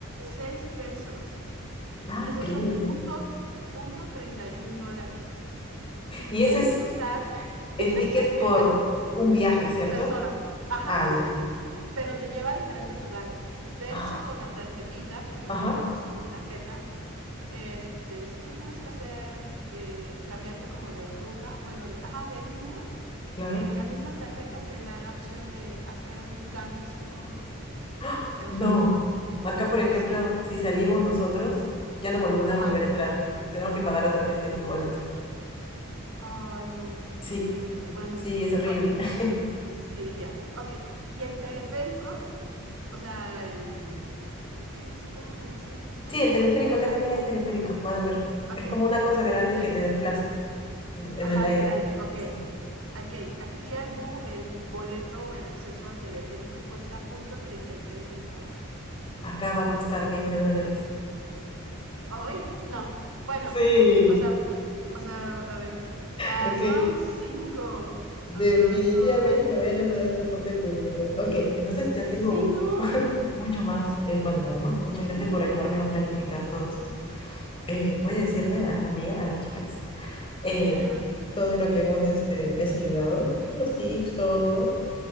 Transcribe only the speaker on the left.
Ah,
increíble.
Y ese es
el ticket
por
un viaje, ¿cierto?
Ah,
ya.
<gasps>
Ah,
Ajá,
claro.
¡Ah!
No.
Acá, por ejemplo,
si salimos nosotros, ya no vol- podemos
volver a entrar. Tenemos que pagar otra vez el boleto.
Sí,
sí, es horrible.
<laughs>
Sí, el teleférico,
acá
también
hay teleférico.
Van a ver.
Es como una cosa grande
que te desplaza en
el aire.
Sí.
Acá va a costar 20 dólares.
Sí,
ok.
Definitivamente
me voy a trasladar en transporte público. Ok, entonces ya
tengo
mucho más el panorama. Muchas
gracias por ayudarme a planificar todo esto. Eh, voy a decirle a las amigas, a las chicas, eh,
todo lo que hemos, este, me has ayudado,
los tips, todo,